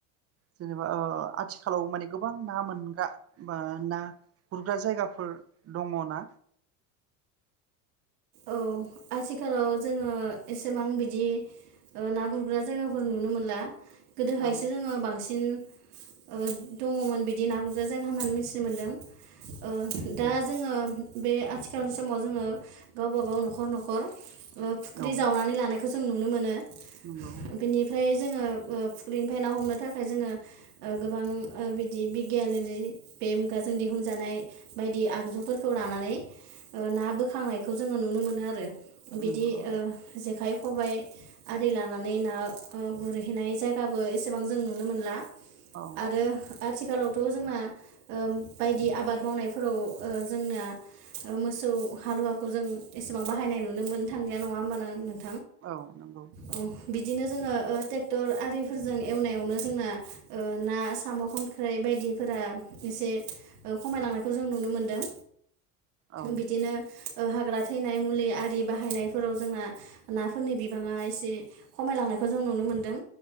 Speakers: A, on the right; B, on the right.
A: जेनेबा ओ आथिखालाव माने गोबां ना मोनगा बा ना गुरग्रा जायगा फोर दङ ना?
B: औ आथिखालाव जोङो एसेबां बिदि ओ ना गुरग्रा जायगाफोर नुनो मोनला। गोदोहायसो
A: औ
B: जोङो बांसिन। ओ दङमोन बिदि ना गुरग्रा जायगा होननानै मिथिनो मोनदों। ओ दा
A: नंगौ
B: जोङो बे आथिखालनि समाव जोङो। गावबा गाव न'खर न'खर। ओ फुख्रि
A: औ
B: जावनानै लानाय। खौ जों नुनो मोनो।
A: नंगौ।
B: बेनिफ्राय जोङो ओ फुख्रिनिफ्राय ना हमनो थाखाय जोङो ओ गोबां बिदि बिगियान बे मुगाजों दिहुनजानाय बायदि आगजुफोरखौ लानानै ओ ना बोखांनाय। खौ जोङो नुनो मोनो आरो। बिदि
A: नंगौ
B: ओ जेखाइ। खबाइ आरि लानानै ना गुरहैनाय जायगाबो एसेबां जों नुनो मोनला।
A: औ
B: आरो आथि खालावथ' जोंना ओ बायदि आबाद मावनायफोराव ओ जोंना मोसौ हालुवा। खौ जों एसेबां बाहायनाय नुनो मोननो थांलिया नङा होमबा <unintelligible>
A: औ नंगौ।
B: औ बिदिनो जोङो ओ टेक्टर आरिफोरजों एवनायावनो जोंना ओ ना, साम', खांख्राइ बायदिफोरा एसे खमायलांनायखौ जों नुनो मोनदों।
A: औ
B: बिदिनो ओ हाग्रा थैनाय मुलि आरि बाहायनायफोराव जोंना नाफोरनि बिबाङा एसे खमायलांनायखौ जों नुनो मोनदों।